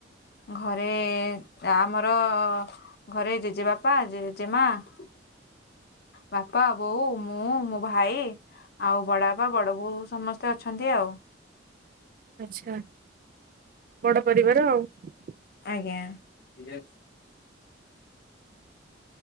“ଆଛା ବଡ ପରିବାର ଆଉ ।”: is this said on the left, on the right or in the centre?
Right